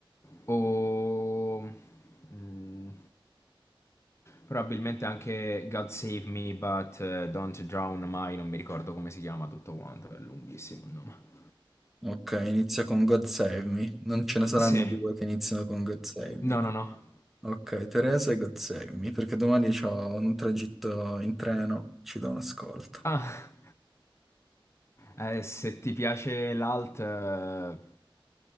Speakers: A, on the left; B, in the centre.
A: O mm, probabilmente anche God Save Me, but eh, Don't Drown Mai, non mi ricordo come si chiama tutto quanto, è lunghissimo il nome.
B: Ok, inizia con God Save Me. Non ce ne saranno
A: Sì,
B: due che iniziano con God Save Me.
A: no, no, no.
B: Ok, Teresa e God Save Me, perché domani ho un tragitto in treno, ci do un ascolto.
A: Ah, eh, se ti piace l'alt, eh,